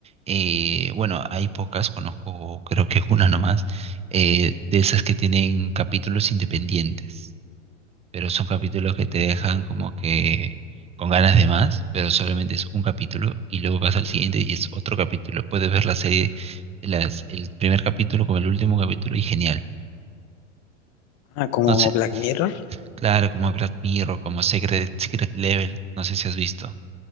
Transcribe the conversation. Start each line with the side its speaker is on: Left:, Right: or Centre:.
Right: eh, bueno, hay pocas, conozco, creo que es una nomás, eh, de esas que tienen capítulos independientes, pero son capítulos que te dejan como que con ganas de más, pero solamente es un capítulo y luego vas al siguiente y es otro capítulo. Puedes ver la serie, las, el primer capítulo como el último capítulo y genial.
Left: Ah, como
Right: No sé,
Left: Black Mirror.
Right: claro, como Black Mirror, como Secret, Secret Level, no sé si has visto.